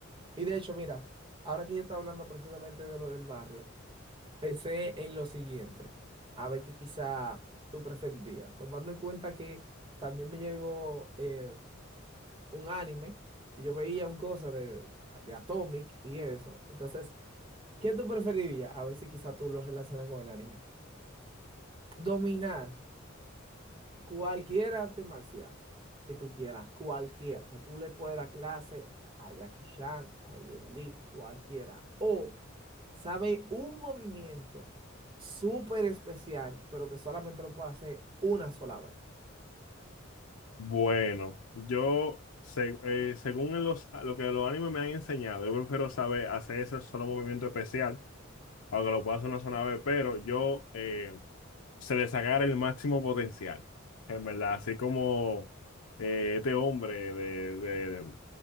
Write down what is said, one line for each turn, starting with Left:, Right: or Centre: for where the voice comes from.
Right: Y de hecho, mira, ahora que yo estaba hablando precisamente de lo del barrio, pensé en lo siguiente, a ver qué quizá tú preferirías, tomando en cuenta que también me llegó eh, un anime y yo veía un cosa de, de Atomic y eso. Entonces, ¿qué tú preferirías? A ver si quizá tú lo relacionas con el anime. Dominar cualquier arte marcial que tú quieras, cualquiera. O sea, tú le puedes dar clase a Jackie Chan, a Jet Li, cualquiera. O sabe un movimiento súper especial, pero que solamente lo puede hacer una sola vez.
Left: Bueno, yo, se- eh, según en los, lo que los animes me han enseñado, yo prefiero saber hacer ese solo movimiento especial aunque lo pueda hacer una zona B, pero yo eh, se le sacara el máximo potencial, en verdad, así como eh, este hombre de, de,